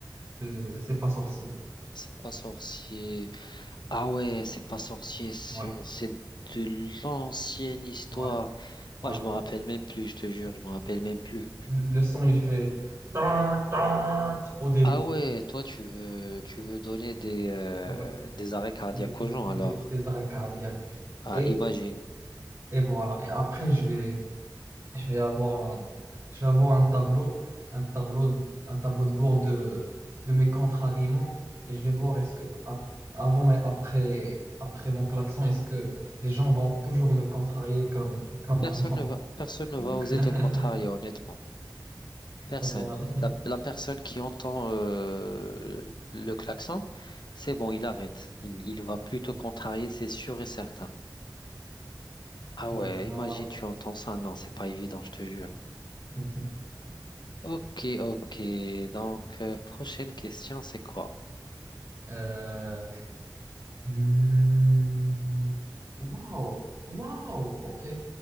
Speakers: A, on the right; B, on the left.
A: de C'est pas sorcier.
B: C'est pas sorcier. Ah ouais, c'est pas sorcier, c'est
A: Ouais,
B: c'est de l'ancienne histoire.
A: ouais, ouais.
B: Moi, je me rappelle même plus, je te jure, je me rappelle même plus.
A: Le le son, il fait tan, tan au début.
B: Ah ouais, toi, tu veux, tu veux donner des, euh,
A: Ouais.
B: des arrêts cardiaques
A: Des,
B: aux gens,
A: des-
B: alors.
A: des arrêts cardiaques.
B: Ah,
A: Et,
B: imagine.
A: et voilà. Et après, je vais, je vais avoir un, je vais avoir un tableau, un tableau, un tableau de bord de, de mes contrariements. Et je vais voir est-ce que a- avant et après, après mon klaxon, est-ce que les gens vont toujours me contrarier comme, comme
B: Personne
A: avant.
B: ne va, personne ne
A: <laughs>
B: va oser te contrarier, honnêtement. Personne.
A: Voilà.
B: La, la personne qui entend euh, le klaxon, c'est bon, il arrête. Il, il va plutôt contrarier, c'est sûr et certain. Ah ouais,
A: Donc voilà.
B: imagine tu entends ça. Non, c'est pas évident, je te jure.
A: <laughs>
B: Ok, ok. Donc, euh, prochaine question, c'est quoi?
A: Euh, Hmm. Waouh, waouh, ok.